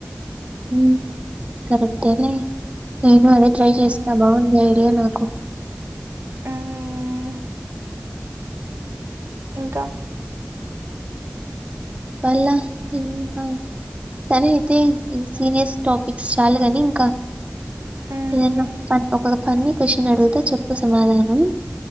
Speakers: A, on the right (about 30°); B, on the right (about 85°).
A: హ్మ్ కరెక్టేలే నేను అదే ట్రై చేస్తా
B: మ్మ్
A: బాగుంది ఐడియా నాకు
B: మ్మ్ ఇంకా
A: వాళ్ళ ఇంకా సరే అయితే ఈ సీరియస్ టాపిక్స్ చాలు కాని ఇంకా
B: మ్మ్
A: ఏదనా ఒక ఫన్నీ క్వశ్చన్ అడుగుతా చెప్పు సమాధానం